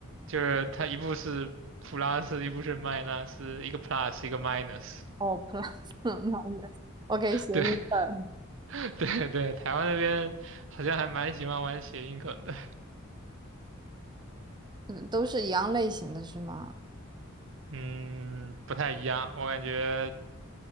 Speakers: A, on the right; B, on the right.
A: 就是他一部是 plus，一部是 minus，一个 plus，一个 minus。
B: 哦，plus minus，OK，谐音梗，
A: 对 <laughs> 对对，台湾那边好像还蛮喜欢玩谐音梗的。
B: 嗯，都是一样类型的是吗？
A: 嗯，不太一样，我感觉